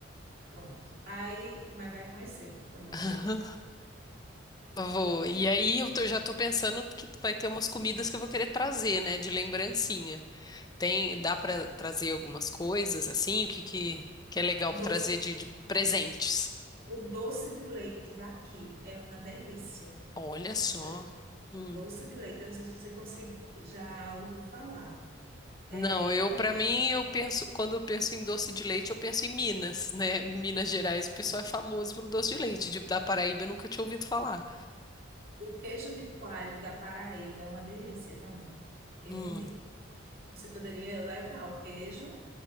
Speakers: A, on the right; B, on the left.
A: Pronto. Aí, mas vai conhecer quando você
B: <laughs>
A: vir.
B: Vou. E aí eu tô- já tô pensando que vai ter umas comidas que eu vou querer trazer, né, de lembrancinha. Tem, dá pra trazer algumas coisas assim, o que que, que é legal
A: Doce.
B: pra trazer de, de presentes?
A: O doce de leite daqui é uma delícia.
B: Olha só.
A: Não sei, se-
B: Hum.
A: doce de leite, eu não sei se você consegui- já ouviu falar. É,
B: Não, eu
A: também
B: pra mim eu penso, quando eu penso em doce de leite, eu penso em Minas, né? Em Minas Gerais, o pessoal é famoso pelo doce de leite. De- da Paraíba eu nunca tinha ouvido falar.
A: o queijo de coalho da Paraíba é uma delícia também. Eu
B: Hum,
A: indico. Você poderia levar o queijo